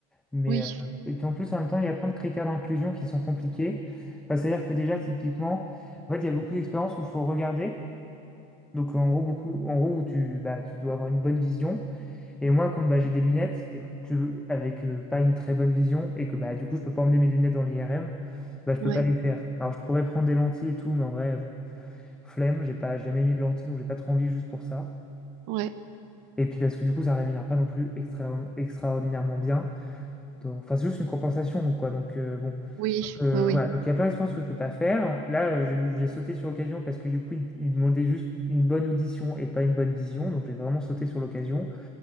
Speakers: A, in the centre; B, on the right.
A: Mais,
B: oui,
A: euh, et puis en plus, en même temps, il y a plein de critères d'inclusion qui sont compliqués. Enfin, c'est-à-dire que déjà, typiquement, en fait, il y a beaucoup d'expériences où il faut regarder. Donc en gros, beaucoup, en gros où tu, bah, tu dois avoir une bonne vision. Et moi, comme bah, j'ai des lunettes et que tu- avec euh, pas une très bonne vision et que bah, du coup, je peux pas emmener mes lunettes dans l'IRM, bah, je
B: ouais,
A: peux pas les faire. Alors je pourrais prendre des lentilles et tout, mais en vrai, flemme, j'ai pas jamais mis de lentilles, donc j'ai pas trop envie juste pour ça.
B: ouais,
A: Et puis parce que du coup, ça rémunère pas non plus extra- extraordinairement bien. Donc, Enfin, c'est juste une compensation, quoi. Donc, euh, bon.
B: oui,
A: Euh,
B: oui, oui.
A: voilà. Donc, il y a plein d'expériences que je peux pas faire. Là, euh, j'ai j'ai sauté sur l'occasion parce que, du coup, ils il demandaient juste une bonne audition et pas une bonne vision. Donc, j'ai vraiment sauté sur l'occasion.